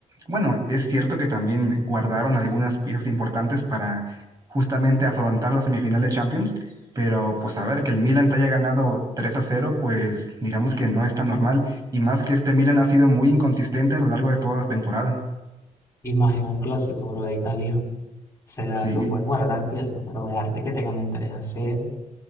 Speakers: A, on the right; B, on the left.
A: bueno, es cierto que también guardaron algunas piezas importantes para justamente afrontar la semifinal de Champions, pero pues a ver, que el Milan te haya ganado 3 a cero, pues digamos que no es tan normal, y más que este Milan ha sido muy inconsistente a lo largo de toda la temporada.
B: Y más en un clásico, bro, de Italia. O sea,
A: Sí.
B: tú puedes guardar piezas, pero dejarte que tengan ganen a cero,